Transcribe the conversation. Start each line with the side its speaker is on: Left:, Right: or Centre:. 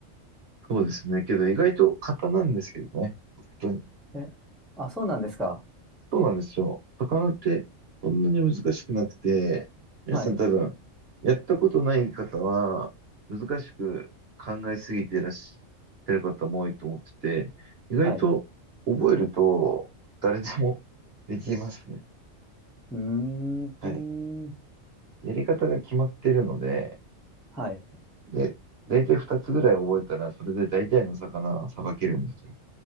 Right: そうですね。けど意外と簡単なんですけどね。本当に。
Centre: え、あ、そうなんですか。
Right: そうなんですよ。魚ってそんなに難しくなくて、皆さん多分、
Centre: はい。
Right: やったことない方は、難しく考えすぎていらっしゃる方も多いと思ってて、意外と覚えると誰でもできますね。
Centre: はい。うーん。
Right: はい。やり方が決まってるので、
Centre: はい。
Right: で、大体2つぐらい覚えたら、それで大体の魚はさばけるんですよ。